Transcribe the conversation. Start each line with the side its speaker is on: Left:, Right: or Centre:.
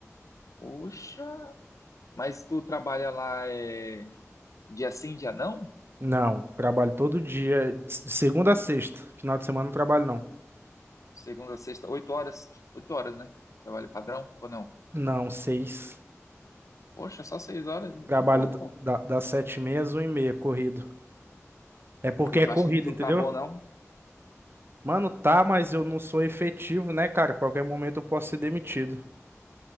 Left: Poxa, Mas tu trabalha lá é, dia sim, dia não?
Right: Não, trabalho todo dia, de segunda a sexta. Final de semana não trabalho, não.
Left: Segunda, sexta, oito horas. Oito horas, né? Trabalho padrão ou não?
Right: Não, seis.
Left: Poxa, só seis horas
Right: Trabalho
Left: de boa,
Right: da-
Left: pô.
Right: da- das sete e meia às 1h30, corrido. É porque
Left: E
Right: é
Left: tu
Right: corrido,
Left: acha que tudo
Right: entendeu?
Left: tá bom, não?
Right: Mano, tá, mas eu não sou efetivo, né, cara? Qualquer momento eu posso ser demitido.